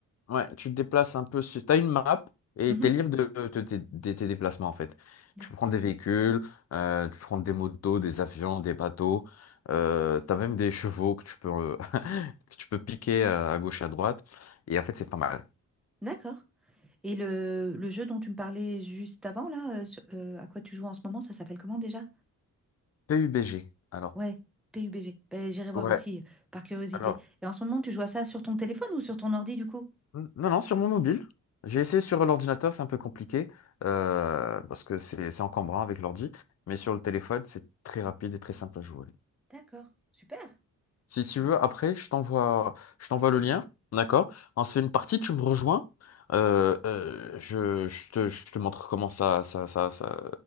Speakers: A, on the left; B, in the centre.
A: ouais, tu te déplaces un peu. Tu as une map et
B: Mhm.
A: tu es libre de, de- de- de tes déplacements en fait.
B: D'accord.
A: Tu prends des véhicules, euh, tu prends des motos, des avions, des bateaux. Euh, tu as même des chevaux que tu peux, euh, <laughs> que tu peux piquer euh, à gauche et à droite. Et en fait, c'est pas mal.
B: D'accord. Et le, le jeu dont tu me parlais juste avant, là, euh, sur- euh, à quoi tu joues en ce moment, ça s'appelle comment déjà?
A: PUBG. Alors,
B: Ouais, PUBG. Ben, j'irai voir
A: ouais.
B: aussi, euh, par curiosité.
A: Alors.
B: Et en ce moment, tu joues à ça sur ton téléphone ou sur ton ordi, du coup?
A: N- Non, non, sur mon mobile. J'ai essayé sur l'ordinateur, c'est un peu compliqué, euh, parce que c'est c'est encombrant avec l'ordi, mais sur le téléphone, c'est très rapide et très simple à jouer.
B: D'accord. Super.
A: Si tu
B: Euh,
A: veux, après, je t'envoie je t'envoie le lien, d'accord? On se fait une partie, tu me rejoins, euh, euh, je, je te, je te montre comment ça, ça, ça, ça-